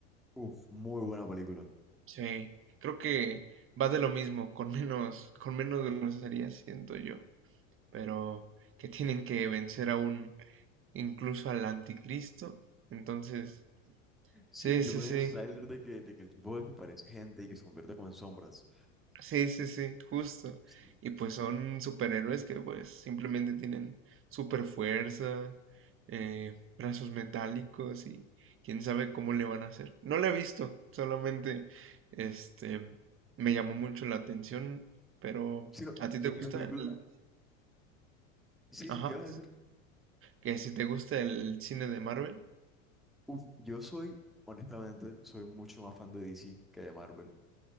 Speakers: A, in the centre; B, on the right.
A: Uf, muy buena película.
B: Sí, creo que va de lo mismo, con menos, con menos grosería, siento yo. Pero que tienen que vencer a un, incluso al anticristo. Entonces,
A: Sí,
B: sí,
A: yo
B: sí,
A: me
B: sí.
A: vi en el tráiler de que, de que el tipo desaparece gente y que se convierte como en sombras.
B: Sí, sí, sí, justo.
A: Sí.
B: Y pues son superhéroes que pues simplemente tienen super fuerza, eh, brazos metálicos y quién sabe cómo le van a hacer. No la he visto, solamente este me llamó mucho la atención, pero
A: Sí, no,
B: ¿a ti
A: en
B: te gusta
A: esa película,
B: el...
A: sí,
B: Ajá,
A: sí, ¿qué vas a decir?
B: que si te gusta el cine de Marvel?
A: Uf, yo soy, honestamente, soy mucho más fan de DC que de Marvel,